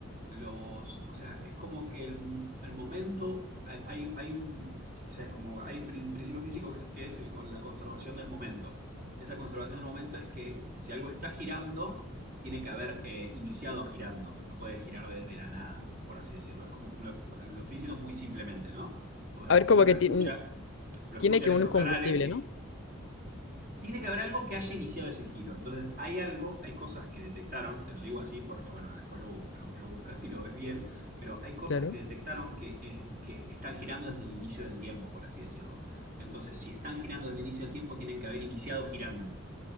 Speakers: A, on the right; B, on the left.
A: los, o sea, es como que el- al momento hay, hay, hay un- o sea, es como hay prin- principio físico que que es el con la conservación del momento. Esa conservación del momento es que si algo está girando, tiene que haber eh, iniciado girando. No puede girar desde la nada, por así decirlo. Es como, lo, lo estoy diciendo muy simplemente, ¿no? o sea,
B: A
A: porque
B: ver, como
A: uno
B: que
A: lo escucha,
B: ti-
A: lo escucha
B: tiene que
A: en estos
B: un combustible,
A: canales y
B: ¿no?
A: tiene que haber algo que haya iniciado ese giro. Entonces, hay algo, hay cosas que detectaron, te lo digo así porque, bueno, nada, después lo, lo, lo buscas y lo ves bien, pero hay cosas
B: Claro.
A: que detectaron que, eh, que están girando desde el inicio del tiempo, por así decirlo. Entonces, si están girando desde el inicio del tiempo, tienen que haber iniciado girando.